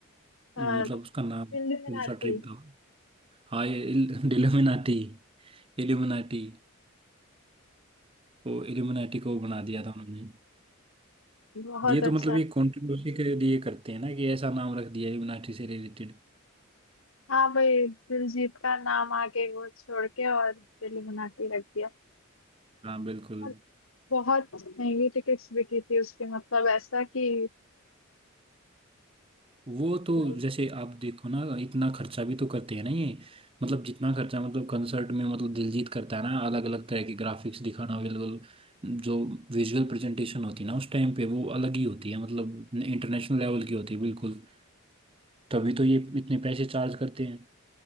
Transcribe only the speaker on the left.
अ,
दिल्ली
में रहती
बहुत
अच्छा
था।
हाँ भाई दिलजीत का नाम आगे वो छोड़ के और दिल बना के रख दिया
और बहुत महंगी टिकट्स बिकी थी उसकी मतलब ऐसा कि
मैं